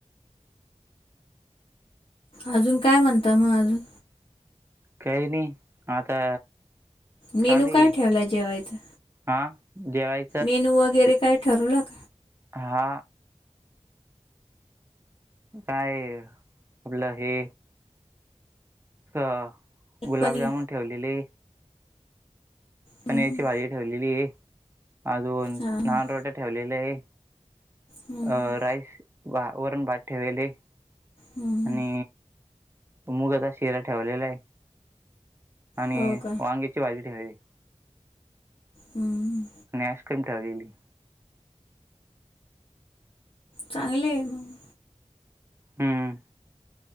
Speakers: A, on the left; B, on the right.
A: अजून काय म्हणता मग अजून?
B: काही नाही आता
A: मेनू
B: चालू
A: काय
B: ये.
A: ठेवला जेवायचा
B: हा जेवाय
A: मेनू वगैरे काय ठरवलं?
B: हा! काय? आपलं हे, ह गुलाबजामुन
A: पनीर
B: ठेवलेले.
A: हम्म
B: पनीरची भाजी ठेवलेली आहे. अजून
A: हां
B: लहान रोटे ठेवलेले आहे.
A: हम्म
B: अ राईस वरण बात ठेवेल आहे.
A: हम्म
B: आणि मुगाचा शिरा ठेवलेला आहे आणि
A: हो का
B: वांग्याची भाजी ठेवलेली.
A: 'हम्म'
B: आणि आईस्क्रीम ठेवलेली.
A: चांगले आहे मग!
B: 'हम्म'